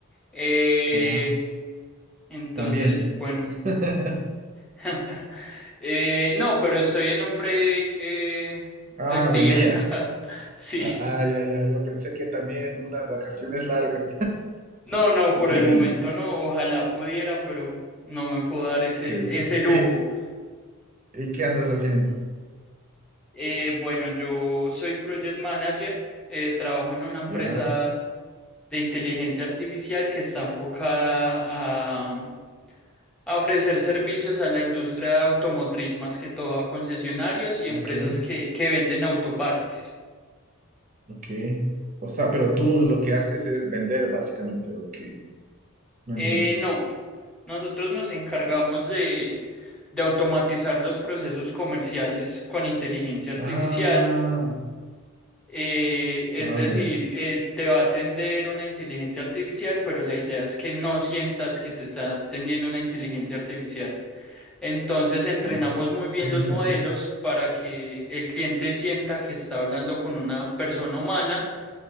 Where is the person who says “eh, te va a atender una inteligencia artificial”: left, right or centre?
Centre